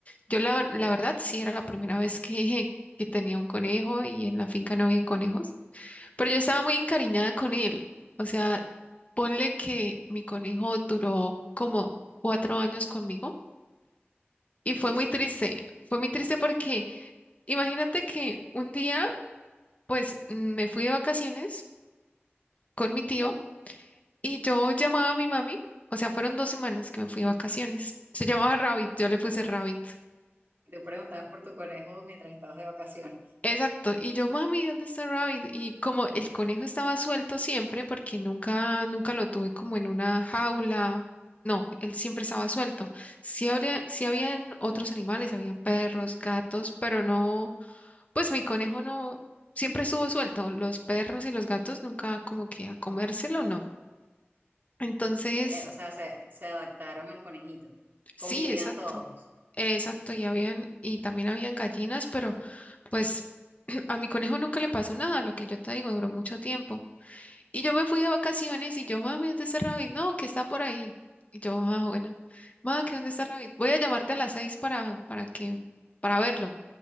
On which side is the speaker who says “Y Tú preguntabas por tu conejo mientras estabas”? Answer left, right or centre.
Right